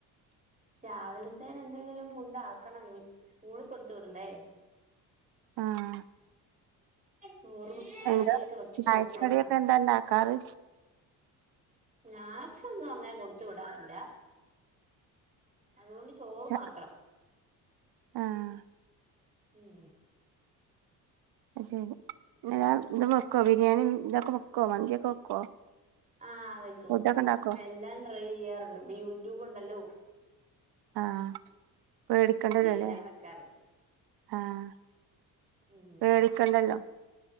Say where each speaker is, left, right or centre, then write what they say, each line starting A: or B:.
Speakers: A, on the right; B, on the right.
A: രാവിലത്തേന് എന്തെങ്കിലും ഫുഡ് ആക്കണം ഇനി സ്കൂളി കൊടുത്ത് വിടണ്ടേ
B: ആഹ്
A: ചോറും കറിയൊക്കെ
B: എന്താ
A: വച്ചു
B: ചായക്കടിയൊക്കെ
A: കൊടുത്തു വിടണം
B: എന്താ ഇണ്ടാക്കാറ്
A: സ്നാക്സ് ഒന്നും അങ്ങനെ കൊടുത്ത് വിടാറില്ല അതുകൊണ്ട് ചോറ്
B: ച
A: മാത്രം
B: ആഹ്
A: ഉം
B: അത് ശെരി <unintelligible> എന്തും വെക്കോ ബിരിയാണിം ഇതൊക്കെ വെക്കോ മന്തിയൊക്കെ വെക്കോ
A: ആഹ് വെക്കും
B: ഫുഡൊക്കെ
A: വെക്കും
B: ഇണ്ടാക്കോ
A: എല്ലാം ട്രൈ ചെയ്യാറുണ്ട് ഇപ്പ യൂട്യൂബ് ഉ ഹലോ
B: ആഹ് പേടിക്കണ്ടല്ലല്ലേ
A: എല്ലാം വെക്കാറുണ്ട്
B: ആഹ്
A: ഉം
B: പേടിക്കണ്ടല്ലോ